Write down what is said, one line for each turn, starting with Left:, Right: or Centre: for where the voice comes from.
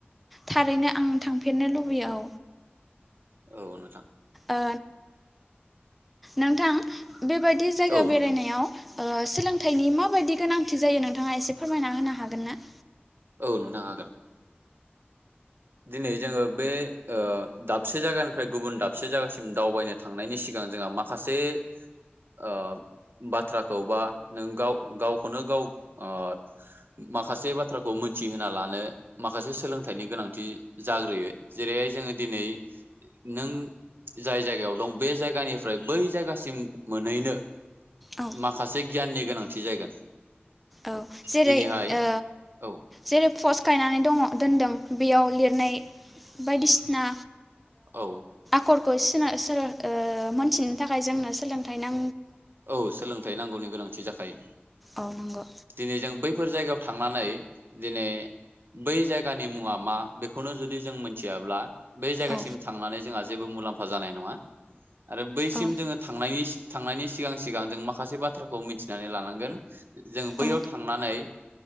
Centre: थारैनो आं थांफेरनो लुबै औ।
Right: औ नों
Centre: ओ नोंथां। बेबायदि जायगा
Right: औ
Centre: बेरायनायाव
Right: नोंथां
Centre: ओ सोलोंथाइनि माबायदि गोनांथि जायो नोंथाङा एसे फोरमायना होनो हागोन ना?
Right: औ नोंथां हागोन। दिनै जोङो बे ओ दाबसे जायगानिफ्राय गुबुन दाबसे जायगासिम दावबायनो थांनायनि सिगां जोंहा माखासे ओ बाथ्राखौ बा नों गाव गावखौनो गाव ओ माखासे बाथ्राखौ मोनथिहोना लानो माखासे सोलोंथाइनि गोनां। दि जाग्रोयो। जेरैहाय जोङो दिनै नों जाय जायगायाव दं बे जायगानिफ्राय बै जायगासिम मोनहैनो
Centre: औ
Right: माखासे गियाननि गोनांथि जागोन।
Centre: औ जेरै
Right: दिनैहाय
Centre: ओ
Right: औ
Centre: जेरै फस गायनानै दङ दोनदों बेयाव लिरनाय बायदिसिना
Right: औ।
Centre: सखरखौ सिना सोर ओ मोनथिनो थाखाय जोंनो सोलोंथाइ नां
Right: औ सोलोंथाइ नांगौनि गोनांथि जाखायो
Centre: आ नंगौ
Right: दिनै जों बैफोर जायगायाव थांनानै दिनै बै जायगानि मुङा मा बेखौनो जुदि जों मोनथियाब्ला बै जायगासिम
Centre: औ
Right: थांनानै जोंहा जेबो मुलामफा जानाय नङा आरो बैसिम
Centre: औ
Right: जोङो थांनायनि थांनायनि सिगां सिगां जों माखासे बाथ्राखौ मिथिनानै लानांगोन जों बैयाव
Centre: औ
Right: थांनानै